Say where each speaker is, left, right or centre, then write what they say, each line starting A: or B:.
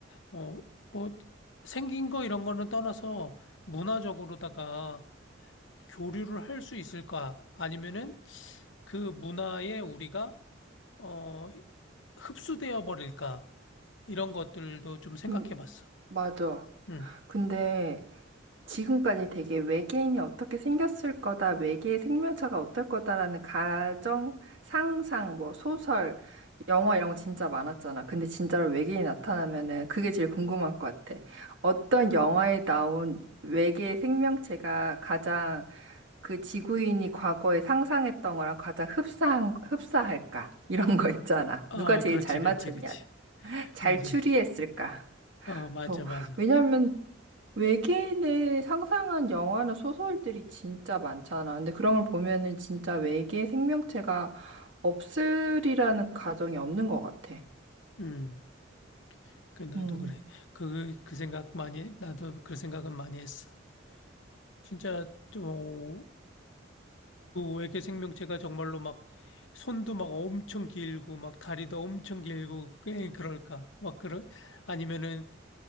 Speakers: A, on the left; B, on the right.
A: 어, 뭐 생긴 거 이런 거는 떠나서 문화적으로다가 교류를 할 수 있을까? 아니면은 그 문화에 우리가 어 흡수되어 버릴까? 이런 것들도 좀 생각해
B: 음,
A: 봤어.
B: 맞아.
A: 음.
B: 근데 지금까지 되게 외계인이 어떻게 생겼을 거다, 외계의 생명체가 어떨 거다라는 가정, 상상, 뭐 소설, 영화 이런 거 진짜 많았잖아. 근데 진짜로 외계인이 나타나면은 그게 제일 궁금한 것 같아. 어떤 영화에 나온 외계 생명체가 가장 그 지구인이 과거에 상상했던 거랑 가장 흡사한, 흡사할까? 이런 거 있잖아.
A: 아,
B: 누가 제일
A: 그렇지,
B: 잘
A: 그렇지,
B: 맞췄냐?
A: 그렇지.
B: 잘
A: 맞아.
B: 추리했을까?
A: 어,
B: 그래서
A: 맞아, 맞아.
B: 왜냐면 외계인을 상상한 영화나 소설들이 진짜 많잖아. 근데 그런 걸 보면은 진짜 외계 생명체가 없으리라는 가정이 없는 것 같아.
A: 음. 그 나도
B: 음.
A: 그래. 그 그 생각 많이 나도 그 생각은 많이 했어. 진짜 좀그 외계 생명체가 정말로 막 손도 막 엄청 길고 막 다리도 엄청 길고 그 그럴까? 막 그런 아니면은